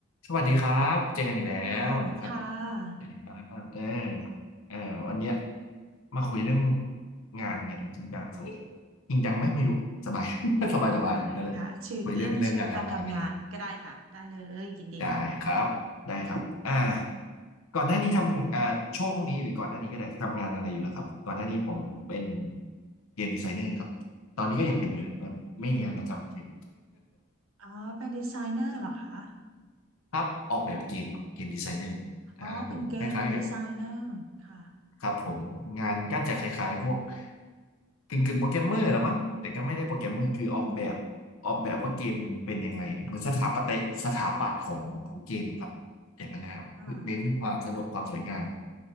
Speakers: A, on the left (about 85°); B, on the right (about 75°).
A: สวัสดีครับเจอกันอีกแล้วสวัสดีครับ
B: สวัสดีค่ะค่ะ
A: สวัสดีครับเออเออวันเนี้ยมาคุยเรื่องงานกันจริงจังสักนิดจริงจังไหมไม่รู้สบาย <laughs> สบายสบายเลยนั่นแหละคุยเรื่องเรื่องการทำงานกันเลย
B: ได้ค่ะชีวิตเรื่องชีวิตการทำงานก็ได้ค่ะได้เลยยินดีค่ะ
A: ได้ครับได้ครับอ่าก่อนหน้านี้ทำอ่าช่วงนี้หรือก่อนหน้านี้ก็ได้ทำงานอะไรอยู่แล้วครับก่อนหน้านี้ผมเป็นเกมดีไซเนอร์ครับตอนนี้ก็ยังเป็นอยู่แหละแต่ไม่มีงานประจำเลย
B: อ๋อเป็นดีไซเนอร์เหรอคะ
A: <laughs> ครับออกแบบเกมครับเกมดีไซเนอร์อ่าผมคล้ายๆกับ
B: อ๋อเป็นเกมดีไซเนอร์ค่ะ
A: ครับผมงานก็จะคล้ายๆพวกกึ่งๆโปรแกรมเมอร์ละมั้งแต่ก็ไม่ได้โปรแกรมเมอร์คือออกแบบ
B: อืม
A: ออกแบบว่าเกมเป็นยังไงเหมือนสถาปตยสถาปัตย์ของของเกมครับอย่างนั้นนะครับเน้นความสนุกความสวยงาม
B: ค่ะ